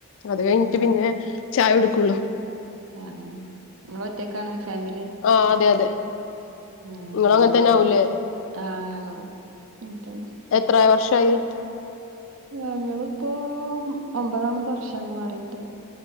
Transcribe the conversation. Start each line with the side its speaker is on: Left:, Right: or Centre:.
Left: അത് കഴിഞ്ഞിട്ട്
Right: ഉം ആഹ്
Left: പിന്നെ ചായ കൊടുക്കുള്ളൂ
Right: ആഹ നിങ്ങള ഒറ്റക്കാണ് ഫാമിലി
Left: ആ അതെ അതെ
Right: ങ്ങ
Left: നിങ്ങള് അങ്ങനെ തന്നെ ആവൂലേ
Right: ആഹ ഞങ്ങന്ന
Left: എത്ര വർഷായി
Right: ഞങ്ങളിപ്പോ ഒമ്പതാമത്തെ വർഷാണ് മാറിട്ട്